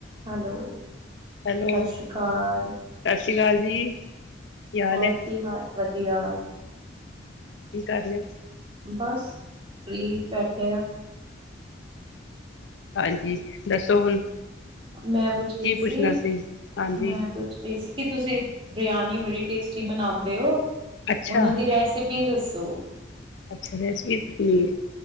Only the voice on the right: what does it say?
hello
ਸਤਿ ਸ੍ਰੀ ਅਕਾਲ।
ਹੋਰ
ਕੀ ਹਾਲ ਵਧੀਆ ਵਧਿਆ
ਬਸ ਫ੍ਰੀ ਬੈਠੇ ਆ।
ਮੈਂ ਪੁੱਛ ਰਹੀ
ਸੀ
ਮੈਂ ਪੁੱਛ ਰਹੀ ਸੀ। ਕੀ ਤੁਸੀਂ ਬਿਰਿਆਨੀ ਬੜੀ ਟੇਸਟੀ ਬਨਾਉਂਦੇ ਹੋ।
ਹੁਣ ਉਹਦੀ ਰੈਸਿਪੀ ਵੀ ਦੱਸੋ।